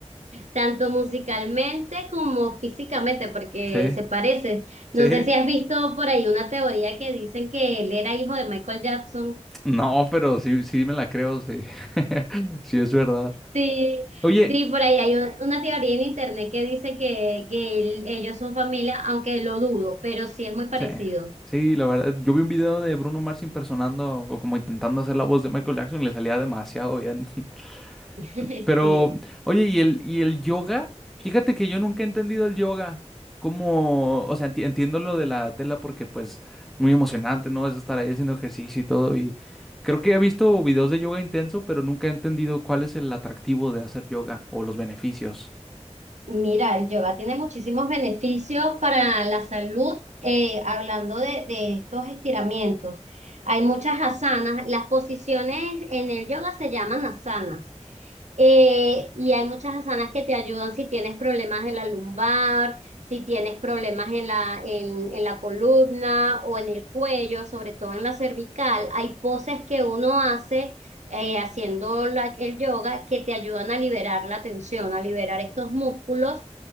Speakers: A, on the right; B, in the centre.
A: tanto musicalmente como físicamente, porque
B: sí,
A: se parece. No
B: sí,
A: sé si has visto por ahí una teoría que dicen que él era hijo de Michael Jackson.
B: no, pero sí, sí me la creo, sí, <laughs> sí es verdad.
A: Sí,
B: Oye,
A: sí, por ahí hay un- una teoría en internet que dice que, que él- ellos son familia, aunque lo dudo, pero sí es muy parecido.
B: Sí, sí, la verdad. Yo vi un video de Bruno Mars impersonando o como intentando hacer la voz de Michael Jackson y le salía demasiado bien. <laughs>
A: <laughs>
B: Pero,
A: Sí.
B: oye, ¿y el, y el yoga? Fíjate que yo nunca he entendido el yoga. Como, o sea, enti- entiendo lo de la tela porque pues es muy emocionante, ¿no? Es estar ahí haciendo ejercicio y todo. Y creo que he visto videos de yoga intenso, pero nunca he entendido cuál es el atractivo de hacer yoga o los beneficios.
A: Mira, el yoga tiene muchísimos beneficios para la salud, eh, hablando de, de estos estiramientos. Hay muchas asanas, las posiciones en el yoga se llaman asanas. Eh, y hay muchas asanas que te ayudan si tienes problemas de la lumbar, si tienes problemas en la, en, en la columna o en el cuello, sobre todo en la cervical. Hay poses que uno hace eh, haciendo la- el yoga que te ayudan a liberar la tensión, a liberar estos músculos